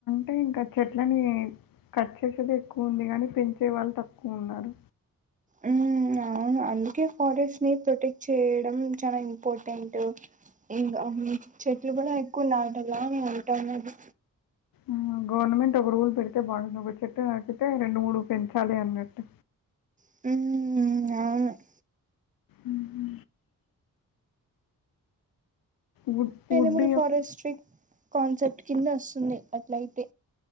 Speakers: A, on the left; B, on the right.
A: అంటే ఇంకా చెట్లని కట్ చేసేది ఎక్కువ ఉంది కానీ పెంచే వాళ్ళు తక్కువ ఉన్నారు
B: ఉమ్ అవును అందుకే ఫారెస్ట్ ని ప్రొటెక్ట్ చేయడం చాలా ఇంపార్టెంట్ ఇంకా అవి చెట్లు కూడా ఎక్కువ నాటాల అనీ అంటనారు
A: మ్మ్. గవర్నమెంట్ ఒక రూల్ పెడితే బాగుండు ఒక చెట్టు నకితే రెండు మూడు పెంచాలి అన్నట్టు
B: ఉమ్ ఉ అవును
A: ఉమ్ హు వుడ్ వుడ్
B: ఎనిమల్
A: యొక్క-
B: ఫారెస్ట్రీక్ కాన్సెప్ట్ కింద వస్తుంది అట్లయితే